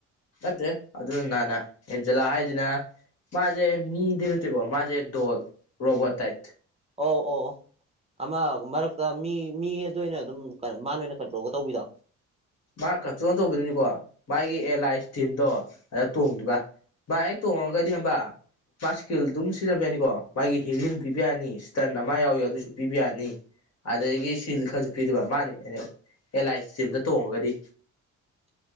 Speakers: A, on the left; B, on the right.
A: ꯅꯠꯇꯦ ꯑꯗꯨ ꯅꯅꯥ ꯑꯦꯟꯖꯂꯥ ꯍꯥꯏꯗꯅ ꯃꯥꯖꯦ ꯃꯤ ꯗꯔ ꯆꯀꯣ ꯃꯥꯖꯦ ꯗꯣꯜ ꯔꯣꯕ ꯇꯥꯏꯠ
B: ꯑꯣ ꯑꯣ ꯑꯃ ꯃꯔꯛꯇ ꯃꯤ ꯃꯤ ꯑꯗꯨꯅ ꯑꯗꯨꯝ ꯃꯥꯅ ꯑꯣꯏꯅ ꯀꯟꯇ꯭ꯔꯣꯜꯒ ꯇꯧꯕꯤꯗ
A: ꯃꯥ ꯀꯛꯆꯣ ꯇꯧꯕꯅꯤꯅꯤꯀꯣ ꯃꯥꯒꯤ ꯑꯦꯜ ꯑꯥꯏꯁ ꯇꯤꯝꯗꯣ ꯑꯗ ꯇꯣꯡꯗꯨꯒ ꯚꯦꯛ ꯇꯣꯡꯉꯒꯗꯤ ꯍꯕ ꯃꯥ ꯏꯁꯀꯤꯜ ꯑꯗꯨꯝ ꯁꯤꯖꯤꯟꯅꯕ ꯌꯥꯅꯤꯀꯣ ꯃꯥꯒꯤ ꯍꯤꯂꯤꯡ ꯄꯤꯕ ꯌꯥꯅꯤ ꯏꯁꯇꯟ ꯑꯃ ꯌꯥꯎꯏ ꯑꯗꯨꯁꯨ ꯄꯤꯕ ꯌꯥꯅꯤ ꯑꯗꯒꯤ ꯁꯤꯜ ꯈꯔꯁꯨ ꯄꯤꯗꯕ ꯃꯥꯅꯤ ꯑꯦꯂꯥꯏꯝꯗ ꯇꯣꯡꯉꯒꯗꯤ